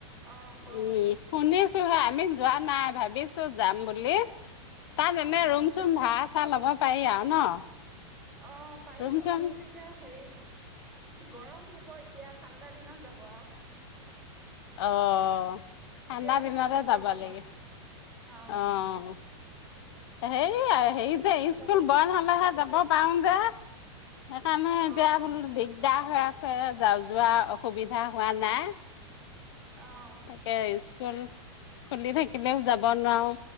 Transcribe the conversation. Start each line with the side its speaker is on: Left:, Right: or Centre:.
Centre: অঁ কম
Left: উম। শুনিছোঁহে আমি যোৱা নাই ভাবিছোঁ যাম বুলি, তাত এনে
Centre: অঁ
Left: ৰুম চুম
Centre: যাব
Left: ভা চা ল'ব পাৰি আৰু ন'।
Centre: অ' পাৰি
Left: ৰুম চুম
Centre: কিন্তু এতিয়া হেৰি, গৰম হ'ব এতিয়া ঠাণ্ডা দিনত যাব আও।
Left: অ'। ঠাণ্ডা
Centre: এতিয়া মানে
Left: দিনতে
Centre: বহুত
Left: যাবা
Centre: গৰম
Left: লাগে,
Centre: হয় অঁ
Left: অ'। হে হেৰি যে,
Centre: ঠাণ্ডা
Left: স্কুল
Centre: দিন
Left: বন হ'লেহে যাব পাৰো যে। সেইকাৰণে এতিয়া
Centre: অঁ
Left: বোলো দিগদাৰ হৈ আছে যা যোৱা অসুবিধা হোৱা নাই।
Centre: অ'।
Left: তাকে, স্কুল খুলি থাকিলেও যাব নোৱাৰোঁ।